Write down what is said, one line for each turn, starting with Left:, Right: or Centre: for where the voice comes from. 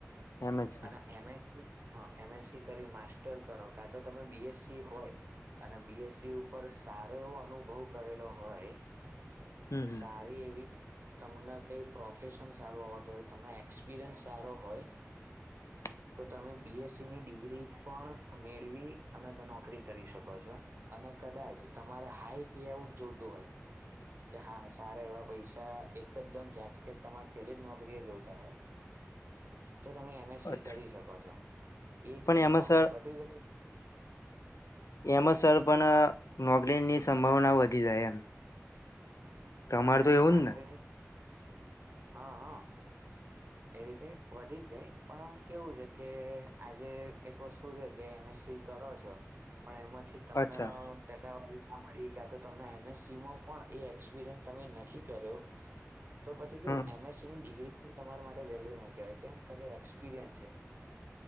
Left: એમ જ છે
Right: અને એમે સી હા એમ એસ સી કરી માસ્ટર કરો કા તો તમે બી એસ સી હોય અને બી એસ સી ઉપર સારો એવો અનુભવ કરેલો હોય
Left: હમ
Right: કે
Left: હમ
Right: સા રી એવી તમને કંઈ પ્રોફેશન સારું આવડતું હોય તમને એક્સપિરિયન્સ સારો હોય
Left: <inaudible>
Right: તો તમે બી એસ સી ની ડિગ્રી પણ મેળવી અનત નોકરી કરી શકો છો અને કદાચ તમારે હાઈ પે આઉટ જોતું હોય કે હા સા રા એવા પૈસા એકદમ ઝાટકે તમારે પેલી જ નોકરી એ જોવતા હોય તો તમે એમ એસ સી
Left: અચ્છા
Right: કરી શકો છો એ જ
Left: પણ
Right: એ
Left: એમાં
Right: અ
Left: સર
Right: પર્ટિક્યુલર
Left: એમાં સર પણ નોકરીની સંભાવના વધી જાય એમ તમારે
Right: હ એમાં
Left: તો એવું
Right: નોકરી
Left: જ ને
Right: ની હ હ
Left: <inaudible>
Right: એ રીતે વધી જ જાય પણ કેવું છે, કે આજે એક વસ્તુ છે, કે એમ એસ સી કરો છો પણ એમાંથી તમને
Left: અચ્છા
Right: ટકાવારીના મળી કાતો તમન એમ એસ સીમાં પણ એ એક્સ વીરન તમે નથી કરયો તો પછી કેવુ
Left: હમ
Right: એમસની ડિગ્રી તમારા માટે વેલ્યુ ના કહેવાય કેમ કે એક્સપિરિયન છે.